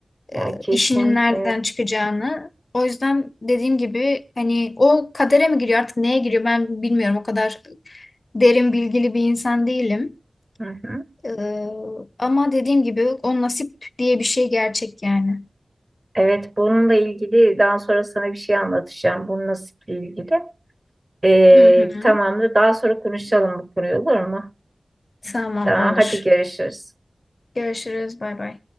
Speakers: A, on the left; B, on the right.
A: e,
B: Ya kesin
A: işinin nereden
B: evet.
A: çıkacağını. O yüzden dediğim gibi hani o kadere mi giriyor artık neye giriyor ben bilmiyorum. O kadar derin bilgili bir insan değilim.
B: Hı hı.
A: E, ama dediğim gibi o nasip diye bir şey gerçek yani.
B: Evet, bununla ilgili daha sonra sana bir şey anlatacağım. Bunun nasiple ilgili. Ee,
A: Hı hı.
B: tamamdır. Daha sonra konuşalım bu konuyu olur mu?
A: Tamam
B: Tamam,
A: olur.
B: hadi görüşürüz.
A: Görüşürüz. Bay bay.